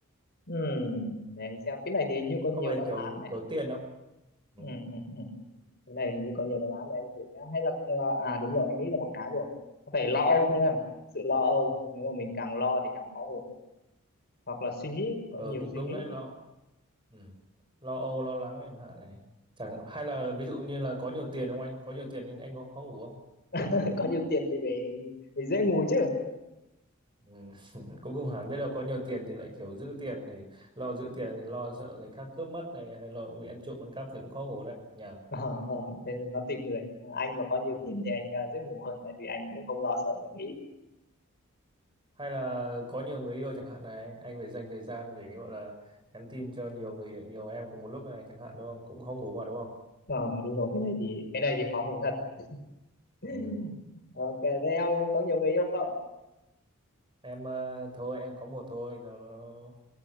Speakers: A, on the left (about 50°); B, on the right (about 25°).
A: Ừ, để anh xem. Cái này thì hình như có nhiều
B: có phải
A: đáp
B: kiểu
A: án này.
B: kiểu tiền không ừ
A: Ừ, ừ, ừ. cái này hình như có nhiều đáp án để anh thử nhá hay là ờ, à đúng rồi anh nghĩ ra một cái rồi có phải lo âu không em sự lo âu nếu mà mình càng lo thì càng khó ngủ hoặc là suy nghĩ có
B: ờ,
A: nhiều
B: cũng
A: suy
B: đúng
A: nghĩ
B: đấy lo ừ lo âu lo lắng chẳng hạn này chẳng hay là ví dụ như là có nhiều tiền không anh có nhiều tiền anh anh có khó ngủ không
A: <laughs> có nhiều tiền thì về về dễ ngủ chứ
B: Ừ. <laughs> cũng không hẳn biết đâu có nhiều tiền thì lại kiểu giữ tiền thì lo giữ tiền thì lo sợ người khác cướp mất này hay lo bị ăn trộm ăn cắp thì cũng khó ngủ đấy nhỉ
A: Ờ, ờ, thế nên nó tùy người À, anh mà có nhiều tiền
B: ừ.
A: thì anh à, dễ ngủ hơn tại vì anh cũng không lo sợ mấy cái ý.
B: hay là có nhiều người yêu chẳng hạn này anh phải dành thời gian để gọi là nhắn tin cho nhiều người nhiều em cùng một lúc này chẳng hạn đúng không cũng khó ngủ mà đúng không
A: ờ đúng rồi cái này thì cái này thì khó ngủ thật <laughs>
B: ừ.
A: ok thế em có nhiều người yêu không
B: em ờ, thôi em có một thôi nó, nó,